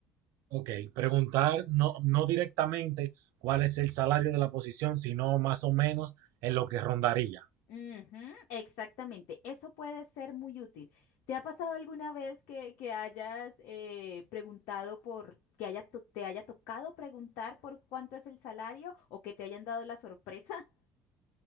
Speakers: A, on the right (about 55°); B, on the left (about 60°).
A: ok, preguntar no, no directamente cuál es el salario de la posición, sino más o menos en lo que rondaría.
B: Ujú, exactamente, eso puede ser muy útil. ¿Te ha pasado alguna vez que, que hayas eh, preguntado por, que haya to- te haya tocado preguntar por cuánto es el salario o que te hayan dado la sorpresa?